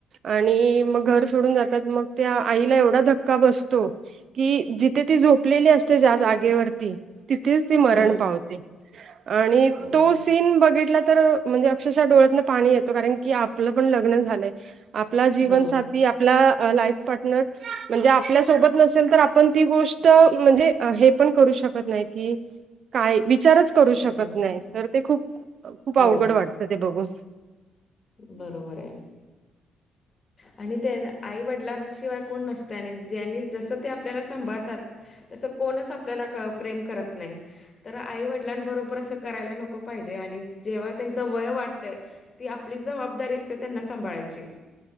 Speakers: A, on the right; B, on the left.
A: आणि मग घर सोडून जातात मग त्या आईला एवढा धक्का बसतो कि जिथे ती झोपलेली असते ज जागेवरती तिथेच ती मरण
B: हम्म
A: पावते आणि
B: हो
A: तो सीन बघितला तर म्हणजे अक्षरशः डोळ्यातन पाणी येतो कारण की आपलं पण लग्न झालंय आपला जीवन
B: हो
A: साथ ती आपला लाईफ पार्टनर म्हणजे आपल्या सोबत नसेल तर आपण ती गोष्ट तो म्हणजे हे पण करू शकत नाही की काय विचारच करू शकत
B: बरोबर
A: नाही तर ते खूप खूप
B: हो
A: अवघड वाटतं ते बघून
B: बरोबर आहे आणि त्या आईवडिलांशिवाय कोण नसत आणि ज्यांनी जसं ते आपल्याला सांभाळतात तस कोणच आपल्याला प्रेम करत नाही तर आईवडिलांबरोबर अस करायला नको पाहिजे आणि जेव्हा त्यांच वय वाढतंय ती आपली जबाबदारी असते त्यांना सांभाळायची.